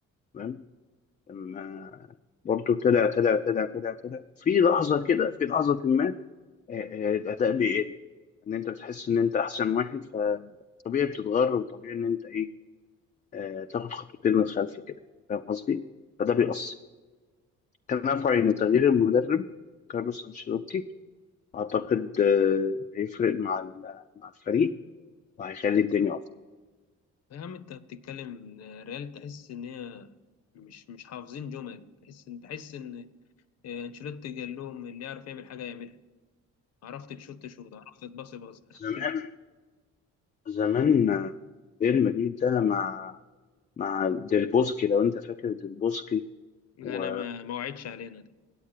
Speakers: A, on the left; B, on the left.
A: تمام؟ لما برضه طلع طلع طلع طلع طلع في لحظة كده في لحظة ما آه، آه، الأداء بيقل إن أنت بتحس إن أنت أحسن واحد فطبيعي بتتغر وطبيعي إن أنت إيه آه، تاخد خطوتين للخلف كده فاهم قصدي؟ فده بيأثر تنافع إن تغيير المدرب كارلوس أنشيلوتي أعتقد آه، هيفرق مع ال- مع الفريق وهيخلي الدنيا أفضل
B: يا عم انت بتتكلم آه، ريال تحس ان هي مش مش حافظين جمل تحس ان تحس ان آه، انشيلوتي قال لهم اللي يعرف يعمل حاجه يعملها عرفت تشوت شوت عرفت تباصي باص عرفت
A: زمان زمان آه، ريال مدريد ده مع مع ديل بوسكي لو أنت فاكر ديل بوسكي
B: لا
A: و
B: انا ما ما وعدش علينا دي